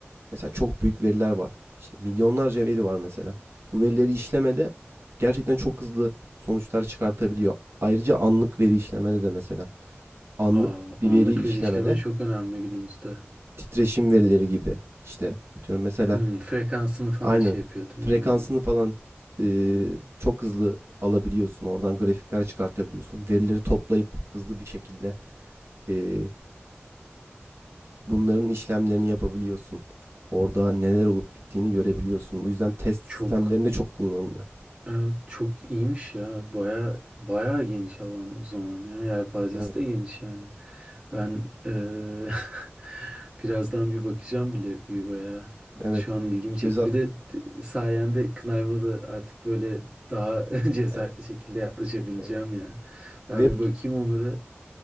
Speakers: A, on the right (about 70°); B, on the right (about 20°).
A: Mesela çok büyük veriler var. İşte milyonlarca veri var mesela. Bu verileri işlemede gerçekten çok hızlı sonuçlar çıkartabiliyor. Ayrıca anlık veri işlemede de mesela anlık
B: Aa,
A: bir
B: anlık
A: veri işlemede
B: veri işleme çok önemli günümüzde.
A: titreşim verileri gibi işte atıyorum mesela
B: Hmm, frekansını falan
A: aynen
B: şey yapıyordum
A: frekansını
B: onların.
A: falan e, çok hızlı alabiliyorsun. Oradan grafikler çıkartabiliyorsun. Verileri toplayıp hızlı bir şekilde e, bunların işlemlerini yapabiliyorsun. Orada neler olup bittiğini görebiliyorsun. Bu yüzden test
B: Çok
A: sistemlerinde çok kullanılıyor.
B: evet, çok iyiymiş ya. Bayağı bayağı geniş alan o zaman ya. Yelpazesi
A: Evet,
B: de geniş yani. Ben eee, <laughs> birazdan bir bakacağım bile bir veya
A: evet.
B: şu an ilgimi çekti.
A: Göz at,
B: Bir de t- sayende Knayma da artık böyle daha <laughs> cesaretli
A: evet,
B: şekilde yaklaşabileceğim
A: evet.
B: ya. Ben
A: Web
B: bir bakayım onları